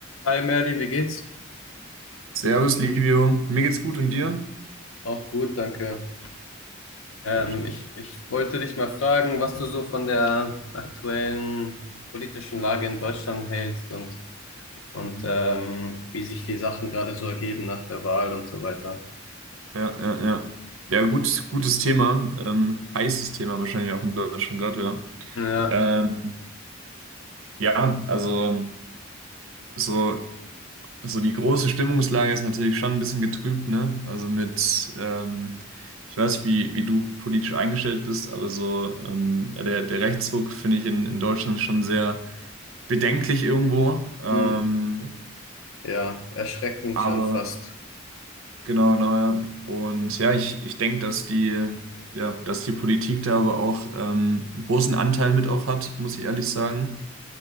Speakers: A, on the left (about 85°); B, on the right (about 80°).
A: Hi Merlin, wie geht's?
B: Servus, Livio. Mir geht's gut und dir?
A: Auch gut, danke. Ähm,
B: Schön.
A: ich, ich wollte dich mal fragen, was du so von der aktuellen politischen Lage in Deutschland hältst und, und
B: Mhm.
A: ähm, wie sich die Sachen gerade so ergeben nach der Wahl und so weiter.
B: Ja, ja, ja. Ja, gut, gutes Thema. Ähm, heißes Thema wahrscheinlich auch in Deutschland gerade, ja.
A: Ja,
B: Ähm, ja, also so, so die große Stimmungslage ist natürlich schon ein bisschen getrübt, ne? Also mit, ähm, ich weiß nicht, wie, wie du politisch eingestellt bist, aber so ähm, ja, der, der Rechtsruck finde ich in, in Deutschland schon sehr bedenklich irgendwo. Ähm,
A: hm, ja, erschreckend
B: aber.
A: schon fast.
B: Genau, genau, ja. Und ja, ich, ich denke, dass die, ja, dass die Politik da aber auch ähm, einen großen Anteil mit auch hat, muss ich ehrlich sagen.